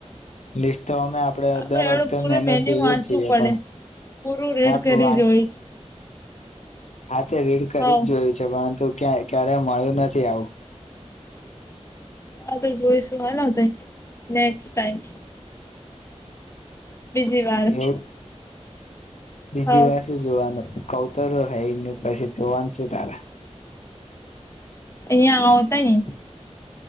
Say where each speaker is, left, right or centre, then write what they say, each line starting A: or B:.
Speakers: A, on the left (about 70°); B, on the left (about 25°).
A: લી તો અમે આપડી
B: આપડે
A: દર
B: એવડું
A: વખતે
B: પૂરું
A: મેનુ
B: મેન્યુ
A: જોઈએ
B: વાંચવું
A: છીએ
B: પડે
A: પણ,
B: પૂરું રીડ
A: હા
B: કરી
A: વાત
B: જોઈશું
A: હા તે રીડ કરી
B: હવ
A: જ જોયું છે પરંતુ ક ક્યારે મળ્યું નથી આવું.
B: હા તો જોઈશુ, હાલો તઇ, નેક્સટ ટાઈમ. બીજી વાર.
A: એવું બીજી
B: હ
A: વાર શું જોવાનું? કઉ તો છું, હૈ નઈ, પછી જોવાન સુું તારે?
B: અહિયા આવવતા યઈ?